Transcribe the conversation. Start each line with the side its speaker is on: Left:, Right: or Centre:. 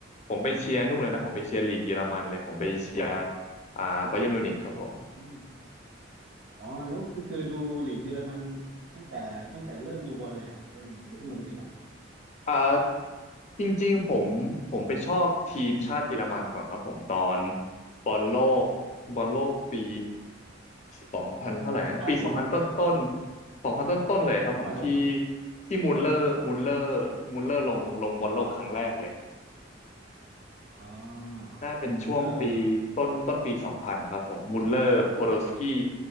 Left: ผมไปเชียร์นู่นเลยนะผมไปเชียร์ลีกเยอรมันเลยผมไปเชียร์อ่าบาเยิร์นมิวนิกครับผม
Right: อืมอ๋อแล้วก็คือดูลีกเยอรมันตั้งแต่ตั้งแต่เริ่มดูบอลเลยฮะหรือว่ายังไงหรือว่าเพิ่งมาดูทีหลัง
Left: อ่าจริงๆผมผมไปชอบทีมชาติเยอรมันก่อนครับผมตอนบอลโลกบอลโลกปีสองพันเท่าไหร่นะปีสองพันต้นต้น
Right: เก้าศูนย์เหรอ
Left: สองพันต้นต้นๆเลยครับผมที่
Right: สองพันหกเหรอ
Left: ที่มูลเลอร์มูลเลอร์มูลเลอร์ลงลงบอลโลกครั้งแรกเลย
Right: อ๋อ
Left: น่าเป็นช่วงปีต้นต้นปีสองพันนะครับผมมุลเลอร์โพโดสกี้
Right: มุลเลอร์อืม